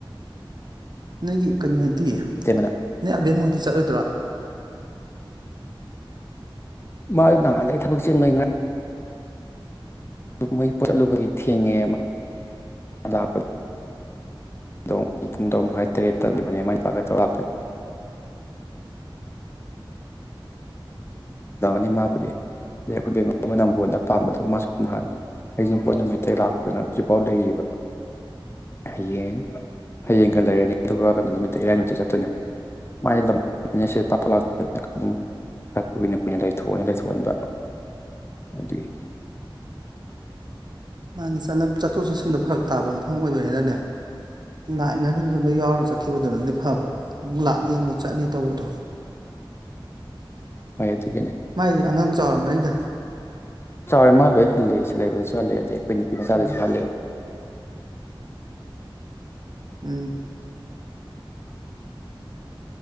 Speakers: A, on the right; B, on the left.
A: ꯅꯪꯒꯤ ꯀꯩꯅꯣ ꯍꯥꯏꯗꯤ
B: ꯏꯇꯩꯃ ꯅ
A: ꯅꯣꯏ ꯑꯕꯦꯝꯃꯣꯏꯗꯤ ꯆꯠꯂꯣꯏꯗ꯭ꯔꯣ
B: ꯃꯥ ꯅꯍꯥꯟꯗꯩꯩ ꯊꯕꯛ ꯆꯤꯟꯕꯩ ꯃꯣꯏ ꯄꯣꯠ ꯆꯠꯂꯨꯕꯒꯤ ꯊꯦꯡꯉꯦ <unintelligible> ꯑꯗꯣ ꯄꯨꯡ ꯇꯔꯛ ꯃꯈꯥꯏ ꯇꯔꯦꯠ ꯇꯝꯕꯅꯦ ꯃꯥꯏ ꯅꯨꯄꯥꯒ ꯇꯧꯔ ꯂꯥꯛꯄꯅꯦ <unintelligible> ꯑꯗꯩ ꯑꯩꯈꯣꯏ ꯃꯅꯝꯕꯅ ꯄꯥꯟꯕꯗꯣ ꯃꯥꯁꯨ ꯅꯍꯥꯟ ꯍꯩꯖꯤꯡꯄꯣꯠ ꯅꯨꯃꯤꯠꯇ ꯂꯥꯛꯄꯗꯅ ꯍꯧꯖꯤꯛꯐꯥꯎ ꯂꯩꯔꯤꯕ ꯍꯌꯦꯡ ꯍꯌꯦꯡꯒ
A: ꯎꯝ
B: ꯂꯩꯔꯅꯤ ꯑꯗꯨꯒ ꯀꯩꯅꯣ ꯅꯨꯃꯤꯠꯇ ꯏꯔꯥꯏ ꯅꯨꯃꯤꯠ ꯆꯠꯇꯣꯏꯅꯦꯕ <unintelligible> ꯈꯔ ꯀꯨꯏꯅ ꯀꯨꯏꯅ ꯂꯩꯊꯣꯛꯑꯣꯅ ꯂꯩꯊꯣꯛꯍꯟꯕ ꯑꯗꯨꯒꯤ
A: ꯃꯥꯅꯦ ꯆꯠꯊꯣꯛ ꯆꯠꯁꯤꯟꯗ ꯐꯔꯛ ꯇꯥꯕ ꯃꯐꯝ ꯑꯣꯏꯕꯅꯤꯅꯅꯦ ꯂꯥꯛꯏꯉꯗꯨꯗ ꯌꯥꯎꯔꯒ ꯆꯠꯈꯤꯕꯗꯨꯅꯗꯤ ꯐꯕ ꯑꯃꯨꯛ ꯂꯥꯛꯅꯤ ꯑꯃꯨꯛ ꯆꯠꯅꯤ ꯇꯧꯕꯗꯣ
B: ꯍꯣꯏ ꯑꯗꯨꯒꯤꯅꯦ
A: ꯃꯥꯏꯗꯤ ꯑꯉꯥꯡ ꯆꯥꯎꯔꯝꯕꯅꯤꯗ
B: ꯆꯥꯎꯔꯦ ꯃꯥ ꯂꯣꯏ ꯍꯜꯂꯦ ꯁꯤꯕꯗ ꯍꯜꯂꯦ ꯑꯗꯩ ꯑꯩꯈꯣꯏ ꯅꯨꯄꯤ ꯃꯆꯥꯗꯁꯨ
A: ꯎꯝ
B: ꯍꯜꯂꯦ
A: ꯎꯝ